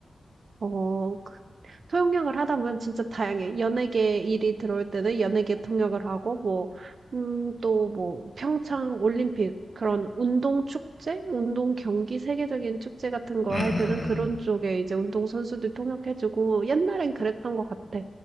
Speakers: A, on the right; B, on the left.
A: 어 그 통역을 하다 보면 진짜 다양해 연예계 일이 들어올 때는 연예계 통역을 하고 뭐 음 또 뭐 평창 올림픽 그런 운동 축제, 운동 경기 세계적인 축제 같은 거
B: 음, 음,
A: 할 때는
B: 음.
A: 그런 쪽에 이제 운동 선수들 통역해 주고 옛날엔 그랬던 것 같아.